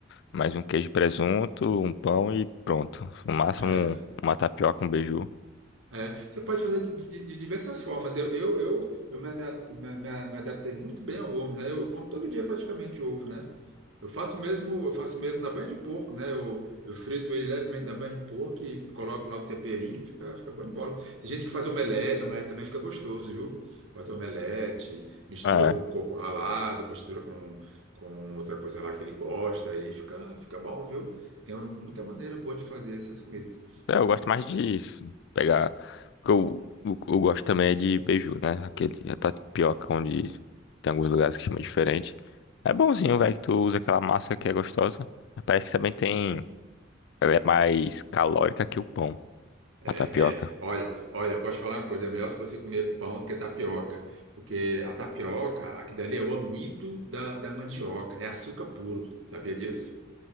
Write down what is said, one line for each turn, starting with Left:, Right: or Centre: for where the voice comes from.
Left: mais um queijo e presunto, um pão e pronto. No máximo,
Right: É.
Left: um- uma tapioca, um beiju.
Right: É, você pode fazer de, de- de diversas formas. Eu, eu, eu, eu me, adap- me- me- me adaptei muito bem ao ovo, né? Eu como todo dia praticamente ovo, né? Eu faço mesmo, eu faço mesmo na banha de porco, né? Eu, eu frito ele levemente na banha de porco e coloco lá o temperinho, fica, fica bom de bola. Tem gente que faz omelete, omelete também fica gostoso, viu? Faz omelete, mistura
Left: É.
Right: com coco ralado, mistura com, com outra coisa lá que ele gosta, aí fica, fica bom, viu? Tem muita maneira boa de fazer essas comidas.
Left: É, eu gosto mais disso. Pegar. O que eu, o eu gosto também é de beiju, né? Aquele a tapioca onde tem alguns lugares que chama diferente. É bonzinho, velho, que tu usa aquela massa que é gostosa. Mas Parece que também tem.
Right: Uhum.
Left: Ela é mais calórica que o pão, a
Right: É,
Left: tapioca.
Right: é. Olha, olha, posso falar uma coisa, é melhor você comer pão do que tapioca, porque a tapioca, aqui dali é o amido da, da mandioca, é açúcar puro, sabia disso?